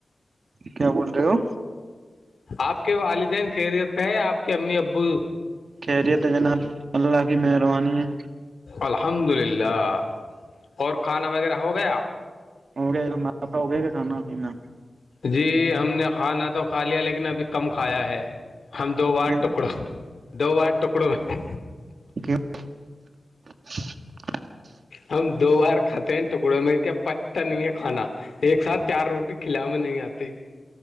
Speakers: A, on the right; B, on the left.
A: کیا بول رہے ہو
B: آپ کے والدین خیریت ہیں آپ کے امی ابو
A: خریی تو جناب اللہ کی مہربانی ہے
B: الحمد للہ اور کھانا وغیرہ ہو گیا
A: ہو گیا ج ماپا ہو گئے گ کھانا پینا
B: جی ہم نے کھانا تو کھا لیا لیکن ابھی کم کھایا ہے ہم دو وار
A: کیوں
B: ٹکڑو دو وار ٹکڑو میں
A: کیوں؟ <inaudible>
B: ہم دو بار کھاتے ہیں ٹکڑوں میں کیا پا نہیں ہے کھانا ایک ساتھ چار روٹی کھلا میں نہیں آتی